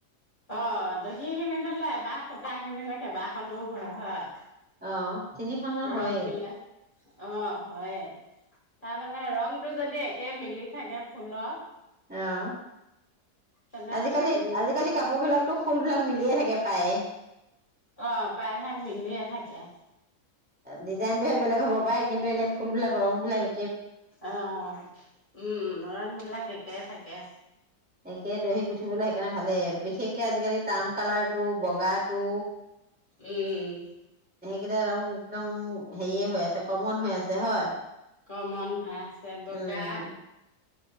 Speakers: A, on the left; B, in the centre.
A: অ', দহি কিনি থলে, এবাৰ সূতা কিনি ল'লে কেইবাখনো হয়, হয়?
B: অ'। তিনিশমা হয়ে।
A: ৰং মিলাই অ', হয়ে, তাৰমানে ৰংটো যদি একে মিলি থাকে ফুলৰ।
B: অ',
A: তেনেহলে
B: আজিকালি,
A: তিনিখন
B: আজিকালি কাপোৰ বিলাকতো ফুল বিলাক মিলিয়ে থাকে। পায়ে।
A: অ প্ৰায়ভাগ মিলিয়ে থাকে
B: ডিজাইনটোহে বেলেগ হ'ব পাৰে, কিন্তু এনে ফুলবিলাক ৰংবিলাই
A: অ', উম, ৰং বিলাক একে থাক কে।
B: একে দহি গুঠিবলৈ সেইকাৰণে ভালে বিশেষকে আজিকালি তাম কালাৰ টো বগাটো
A: উম।
B: সেইকেইটা ৰং একদম হেৰিয়ে হৈ আছে কমন হৈ আছে হয়
A: কমন হৈ আছে, বগা
B: উম